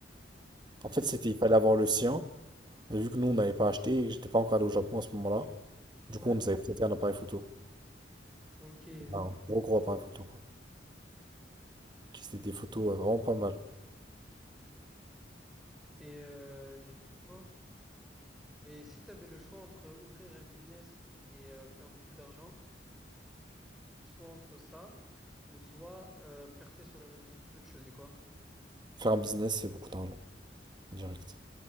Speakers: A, in the centre; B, on the right (about 25°).
A: Ok.
B: En fait, c'était, il fallait avoir le sien. Mais vu que nous, on n'avait pas acheté, j'étais pas encore allé au Japon à ce moment-là. Du
A: Ouais.
B: coup, on nous avait prêté un appareil photo.
A: Ok. Et
B: Enfin, Un gros, gros appareil photo, quoi. Qui c'était des photos euh, vraiment pas mal.
A: euh, j'allais dire quoi? Et si tu avais le choix entre ouvrir un business et euh, faire beaucoup d'argent, soit entre ça, ou soit euh, percer sur les réseaux sociaux, tu choisis quoi?
B: Faire un business, c'est beaucoup d'argent, direct.